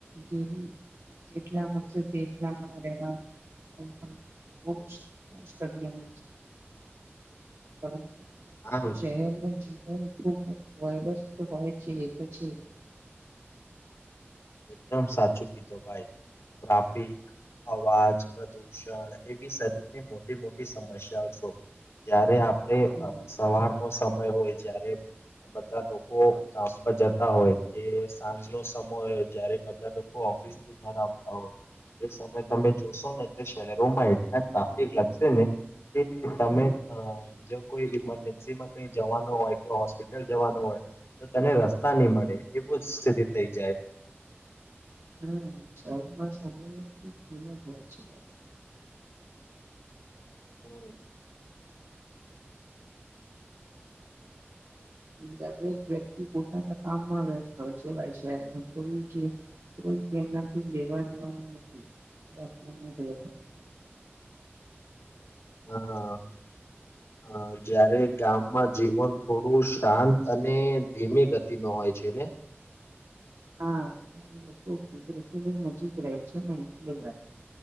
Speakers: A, on the right (about 85°); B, on the left (about 80°).
A: જેવું જેટલા મળશે તે એટલામાં રહેવાનું પણ બહુ સ્ટ્રગલંગ પરંતુ
B: આમ
A: શહેરનું જીવન ખબ વયરસ તો હોય છે એ તો છે
B: એકદમ સાચું કીધું ભાઈ ટ્રાફિક અવાજ પ્રદુષણ એવી શરીરની મોટી મોટી સમસ્યાઓ છો જયારે આપડે
A: હમ
B: સવારનોો સમય હોય જયારે બધા લોકો કામ પર જતા હોય કે સાંજ ન સમય જયારે બધા લોકો ઓફિસથી ઘર આવતા હોય એ સમય તમે જોશો ને તે શહેરોમાં એટલા ટ્રાફિક લાગશે ને. કે તમે
A: હમ
B: અ જે કોઈ ઈમરજન્સી માં કઈ જવાનું હોય કે હોસ્પિટલ જવાનો હોય તને રસ્તા નહી મળે એવું જ સ્થિતિ થઈ જાય
A: હમ શહેરમાં શરની ખૂબ કિમત હોય છે.
B: હમ.
A: હ દરેક વ્યક્તિ પોતાના કામમાં વ્યસ્ત હોય છેવા શહેરમાં તો કોઈ જેમનાથી લેવા દેવાનું નથી આપણે આપણામાં જ રહેવાનું
B: હા અ જયારે ગામમાં જીવન થોડું શાંત અને ધીમી ગતિ ન હોય છે ને
A: હા ત્યાં લોકો કુદરતીની નજીક રહે છે ને એટલે વા